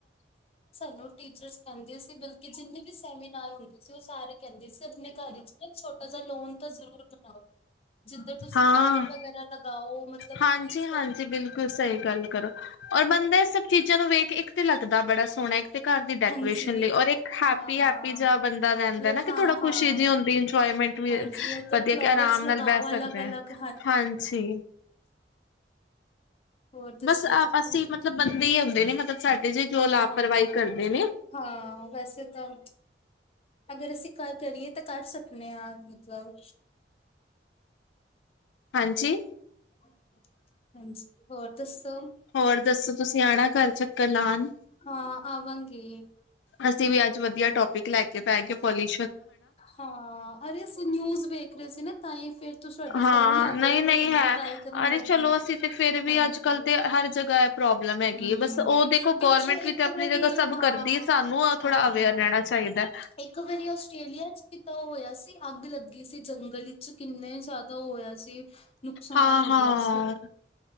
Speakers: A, on the left (about 35°); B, on the left (about 85°).
A: ਉਹ ਟੀਚਰਸ ਕਹਿੰਦੀ ਸੀ ਬਲਕਿ ਜਿੰਨੇ ਵੀ ਸੈਮੀਨਾਰ ਹੁੰਦੇ ਸੀ ਉਹ ਸਾਰੇ ਕਹਿੰਦੇ ਸੀ ਆਪਣੇ ਘਰ ਵਿੱਚ ਨਾ ਇੱਕ ਛੋਟਾ ਜਿਹਾ ਲੋਨ ਤਾਂ ਜ਼ਰੂਰ ਬਣਾਓ ਜਿੱਧਰ ਤੁਸੀਂ
B: ਹਾਂ
A: ਪਲਾਂਟ ਵਗੈਰਾ ਲਗਾਓ ਮਤਲਬ
B: ਹਾਂਜੀ-ਹਾਂਜੀ
A: ਟਜ਼
B: ਬਿਲਕੁਲ ਸਹੀ ਗੱਲ ਕਰੋ ਔਰ ਬੰਦਾ ਇਹ ਸਭ ਚੀਜ਼ਾਂ ਨੂੰ ਵੇਖ ਇੱਕ ਤੇ ਲੱਗਦਾ ਬੜਾ ਸੋਹਣਾ ਇੱਕ ਤੇ ਘਰ ਦੀ ਡੈਕੋਰੇਸ਼ਨ
A: ਹਾਂਜੀ,
B: ਲਈ ਔਰ ਇੱਕ ਹੈਪੀ
A: ਹਾਂ-ਹਾਂ,
B: ਹੈਪੀ ਜਿਹਾ ਬੰਦਾ ਰਹਿੰਦਾ। ਨਾ ਕਿ
A: ਹਾਂ-ਹਾਂ।
B: ਥੋੜਾ ਖੁਸ਼ੀ ਜਿਹੀ ਹੁੰਦੀ। ਇੰਜੋਏਮੈਂਟ ਵੀ
A: ਹਾਂਜੀ ਉੱਧਰ
B: ਵਧੀਆ
A: ਫਲੋਵਰਸ
B: ਕੇ ਆਰਾਮ
A: ਲਗਾਓ
B: ਨਾਲ ਬਹਿ ਸਕ
A: ਅਲੱਗ-ਅਲੱਗ
B: ਹਾਂਜੀ
A: ਹੋਰ ਦੱਸੋ
B: ਬਸ
A: ਤੁਸੀਂ?
B: ਅਸੀਂ ਮਤਲਬ ਬੰਦੇ ਹੀ ਆਉਂਦੇ ਨੇ ਮਤਲਬ ਸਾਡੇ ਜ ਜੋ
A: ਹਾਂ,
B: ਲਾਪਰਵਾਹੀ ਕਰਦੇ ਨੇ
A: ਹਾਂ ਵੈਸੇ ਤਾਂ ਅਗਰ ਅਸੀਂ ਕਰ ਕਰੀਏ ਤਾਂ ਕਰ ਸਕਦੇ ਹਾਂ ਮਤਲਬ
B: ਹਾਂਜੀ
A: <inaudible> ਹਾਂਜੀ ਹੋਰ ਦੱਸੋ?
B: ਹੋਰ ਦੱਸੋ ਤੁਸੀਂ ਆਣਾ ਘਰ ਚੱਕਰ ਲਾਣ,
A: ਹਾਂ ਆਵਾਂਗੀ,
B: ਅਸੀਂ ਵੀ ਅੱਜ ਵਧੀਆ ਟੋਪਿਕ ਲੈ ਕੇ ਪੈ ਗਏ ਪੋਲੀ,
A: ਹਾਂ ਅਰੇ ਅਸੀਂ ਨਿਊਜ਼ ਵੇਖ ਰਹੇ ਸੀ ਨਾ ਤਾਂ ਹੀ ਫੇਰ ਤੁਹਾਡਾ
B: ਹਾਂ
A: ਫੋਨ ਆ
B: ਨਹੀਂ
A: ਗਿਆ ਫਿਰ
B: ਨਹੀਂ
A: ਮੈਂ ਤੁਹਾਡੇ
B: ਹੈ,
A: ਨਾਲ ਗੱਲ ਕਰਨ
B: ਅਰੇ
A: ਲੱਗ
B: ਚਲੋ
A: ਗਈ,
B: ਅਸੀਂ ਤੇ ਫੇਰ ਵੀ
A: ਹਾਂਜੀ।
B: ਅੱਜ ਕੱਲ੍ਹ ਤੇ ਹਰ ਜਗ੍ਹਾ ਇਹ ਪ੍ਰੋਬਲਮ ਹੈਗੀ
A: ਹੂੰ,
B: ਹੈ, ਬਸ ਉਹ ਦੇਖੋ
A: ਪਿੱਛੇ
B: ਗਰਮੈਂਟ ਵੀ
A: ਇੱਕ
B: ਆਪਣੀ
A: ਵਾਰੀ
B: ਜਗਾ ਸਬ
A: ਹਾਂ,
B: ਕਰਦੀ ਹੈ ਸਾਨੂੰ ਥੋੜਾ
A: ਹਾਂ।
B: ਅਵੇਰ ਰਹਿਣਾ ਚਾਹੀਦਾ।
A: ਇੱਕ ਵਾਰੀ ਆਸਟ੍ਰੇਲੀਆ ਚ ਵੀ ਤਾਂ ਉਹ ਹੋਇਆ ਸੀ ਅੱਗ ਲੱਗੀ ਸੀ ਜੰਗਲ ਵਿੱਚ ਕਿੰਨੇ ਜ਼ਿਆਦਾ ਉਹ ਹੋਇਆ ਸੀ। ਨੁਕਸਾਨ
B: ਹਾਂ-ਹਾਂ
A: ਹੋ ਗਿਆ ਸੀ